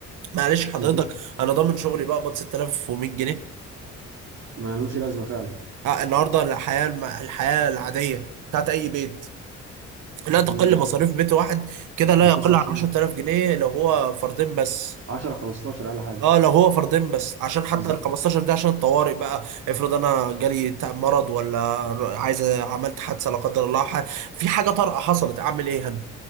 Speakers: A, on the right (about 85°); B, on the right (about 55°).
A: معلش حضرتك
B: بالظبط
A: انا ضامن شغلي بقبض 6100 جنيه
B: ما لهمش لازمه فعلا
A: آه، النهارده الحياه الم- الحياه العاديه بتاعت اي بيت لا
B: انت
A: تقل
B: م- م-
A: مصاريف بيت واحد كده لا
B: كان
A: يقل
B: 25000
A: عن 10000 جنيه لو هو فردين بس
B: 10 15000 اقل حاجه
A: اه لو هو فردين بس عشان حتى
B: بالظبط
A: ال 15 ده عشان الطوارئ بقى افرض انا جالي تعب مرض ولا عايز عملت حادثه لا قدر الله ح- في حاجه طارئه حصلت اعمل ايه هنا